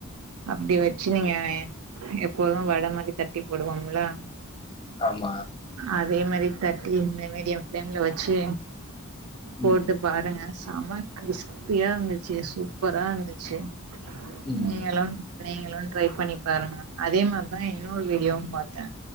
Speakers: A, on the right; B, on the left.
A: அப்டி வச்சினிங்ஙாயன்
B: சரி.
A: எப்போதூ வட மாரி தட்டி போடுவோம்லா
B: ஆமா
A: அதே மாரி தட்டி மீடியம் ப்ளேம்ல வச்சு போட்டு
B: ம்.
A: பாருங்க சம கிரிஸ்பியா வந்திச்சி சூப்பரா வந்தச்சு
B: ம்.
A: நீயெல்லான் நீங்களூ ட்ரை பண்ணி பாருங்க அதே மாரிதா இன்னொரு வீடியோவூ பாத்தே